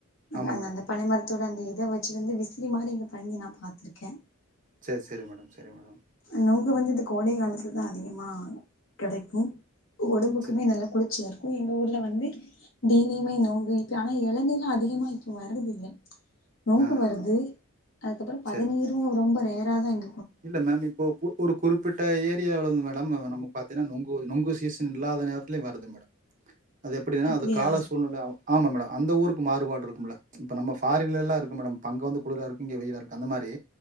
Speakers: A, on the right (about 40°); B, on the left (about 60°).
A: ஆமா
B: அந்த
A: மேடம்.
B: அந்த பனைமரத் த்தோட அந்த இத வச்சி வந்து விசிறி மாரி இங்க பண்ணி நா பாத்திருக்கே
A: சே சேரி மேடம் சேரி மேடம்
B: நொங்கு வந்து இந்த கோடை காலத்துலதா அதிகமா கெடைக்கு ஒடம்புக்குமே
A: சரி.
B: நல்ல குளிர்ச்சியா இருக் கு எங்க ஊர்ல வந்து டெய்லியுமே நொங்கு இப்ப ஆனா எளநீர்லா அதிகமா இப்ப வரத இல்ல நொங்கு
A: ஆ,
B: வருது
A: ஆ, ஆ.
B: அதுக்கப்புறோ பதநீரு
A: சரி மேம்.
B: ரொம்ப ரேர் இராதாங்
A: இல்ல மேம் இப்போ கு ஒரு குறிப்பிட்ட ஏரியாவளந் மே டம் நம்ம பாத்தீன்னா நொங்கு நொங்கு சீசன் இல்லாத நேரத்துலியு வருது மேடம் அது எப்பிடின்னா
B: அப்டியா
A: அது கால சூழ்நிலை ஆ ஆமா மேடோ அந்த ஊருக்கு மாறுபாடு இருக்கும்ல இப்போ நம்ம ஃபாரின்லல எல்லா இருக்கு மேடம் அங்க வந்து குளிர இருக்கு இங்க வந்து வெயில இருக்கு அந்த மாரி